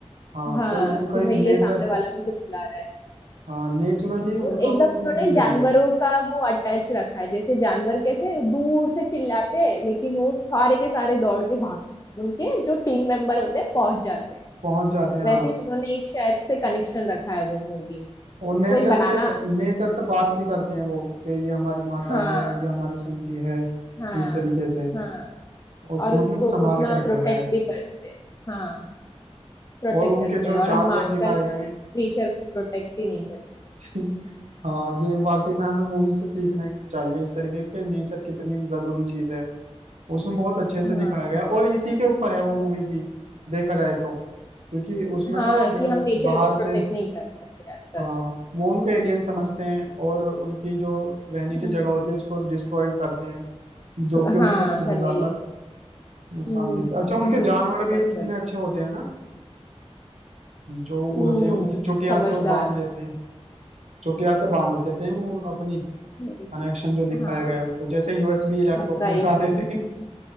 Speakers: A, on the right; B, on the left.
A: हाँ
B: हाँ
A: तो उनका
B: कि भाई
A: ये नेचर
B: ये सामने वाला मुझे बुला रहा है
A: हाँ नेचुरली उनका
B: और एकदम
A: वो
B: उन्होंने
A: चीज दी
B: जानवरों
A: गई है
B: का वो अटैच रखा है जैसे जानवर कैसे दूर से चिल्लाते हैं लेकिन वो सारे के सारे दौड़ के भाग उनके जो टीम मेंबर होते हैं पहुंच जाते हैं
A: पहुंच जाते हैं हाँ
B: वैसे ही उन्होंने एक शायद से कनेक्शन रखा है वो मूवी में
A: और नेचर
B: वही बनाना
A: से नेचर से बात भी करते हैं वो कि ये हमारी माता
B: हाँ
A: है ये हमारी सुनती है
B: हाँ
A: इस तरीके से
B: हाँ
A: उसको
B: और
A: मतलब
B: उसको
A: संभाल
B: उतना
A: के रखा
B: प्रोटेक्ट
A: गया है
B: भी करते हैं हाँ प्रोटेक्ट
A: और उनके
B: करते
A: जो
B: हैं और
A: जानवर
B: हम आजकल
A: दिखाए गए हैं
B: नेचर को प्रोटेक्ट ही नहीं करते
A: <laughs> हाँ ये वाकई में हमें मूवी से सीखना चाहिए इस तरीके के नेचर कितनी जरूरी चीज है उसमें बहुत अच्छे से
B: हाँ
A: दिखाया गया है और इसी के ऊपर है वो मूवी भी देखा जाए तो क्योंकि उसमें
B: हाँ
A: ना वो ड-
B: कि हम नेचर
A: बाहर
B: को प्रोटेक्ट
A: से
B: नहीं करते आजकल
A: हाँ वो उनको एलियन समझते हैं और उनकी जो रहने
B: हम्म
A: की जगह होती है उसको डिस्ट्रॉय करते हैं जो
B: क-
A: कि उनको
B: हाँ
A: बहुत
B: करने
A: ज्यादा
B: ले
A: नुकसान
B: हम्म
A: देते हैं अच्छा उनके
B: डिस्टर्ब
A: जानवर भी कितने
B: करती
A: अच्छे
B: है।
A: होते हैं ना जो
B: हम्म
A: उड़ते हैं उनकी चुटिया
B: समझदार
A: से वो बांध देते हैं चुटिया से बांध देते हैं वो अपनी
B: <laughs>
A: कनेक्शन जो दिखाया
B: हाँ
A: गया है उनको जैसे यूएसबी लैपटॉप
B: सरप्राइजिंग
A: में लगा देते हैं